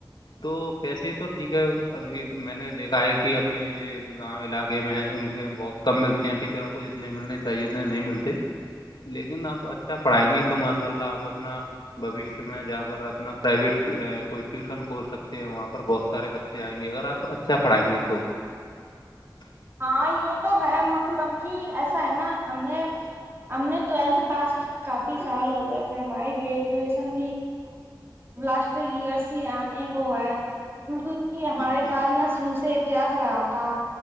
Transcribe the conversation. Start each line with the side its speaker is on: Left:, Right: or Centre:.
Left: تو پیسے تو ٹھیک ہے ابھی میں نے دیکھا ہے کہ اپنے یہ گاؤں علاقے میں ہیں ان بہت کم ملتے ہیں ٹیچروں کو جتنے ملنے چاہیے اتنے نہیں ملتے لیکن آپ اچھا پڑھائیں گے تو ماشاء اللہ آپ اپنا بوشیہ میں جا کر اپنا پرائیویٹ کوئی ٹیوشن ک سکتے ہیں وہاں پر بہت سارے بچے ا سے آئیں گے اگر آپ اچھا پڑھائیں گے تو
Right: ہاں یہ تو ہے مطلب کہ ایسا ہے نا ہم نے ہم نے ٹویلتھ پاس کی کافی سال ہو گئے پھر ہماری گریجویشن بھی لاسٹ ایئرس ہی آنے کو ہے مطلب کہ ہمارے
Left: جی جی
Right: پاس نہ شروع سے اتیاس رہا تھا